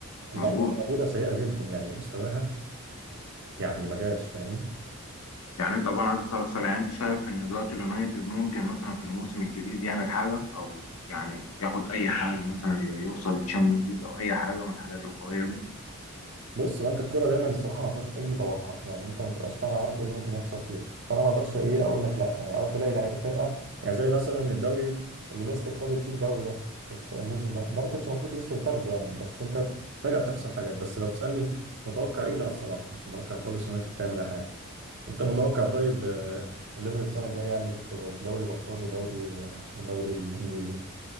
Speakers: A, on the right; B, on the left.
A: اللعيبه
B: مظبوط
A: اللي موجوده سيئه جدا يعني مستواها يعني ما جاش فاهمني
B: يعني طبعا عايز استفسر يعني انت شايف ان دلوقتي اليونايتد ممكن مثلا في الموسم الجديد يعمل حاجه او يعني ياخد اي حاجه مثلا يوصل تشامبيونز ليج او اي حاجه من الحاجات القويه دي
A: بص هو انت الكوره دايما الصراحه ما فيهاش اي توقع يعني انت ما تبقاش فعلا عارف ايه اللي ممكن يحصل فيها فانا ما اقدرش ايه اقول لك لا يعني اوقات تلاقي لعيب- فرقه يعني زي مثلا الدوري اللي ليستر خدت فيه الدوري ده الس- الموسم ده ده ما كانش المفروض ليستر تاخده يعني بس انت فجاه بتحصل حاجات بس لو بتسالني متوقع ايه لا الصراحه مش متوقع خالص يونايتد تعمل اي حاجه انت متوقع طيب آه، الليفر السنه الجايه يعمل ايه في في دوري الابطال ودوري آه، ودوري الانجليزي